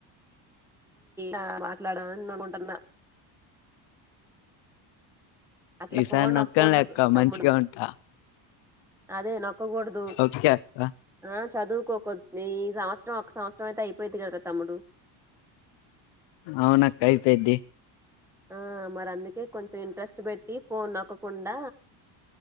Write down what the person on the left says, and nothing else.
ఈసారి
నొక్కనులే అక్క
మంచిగా ఉంటా
ఓకే అక్క
అవునక్కా అయిపోయింది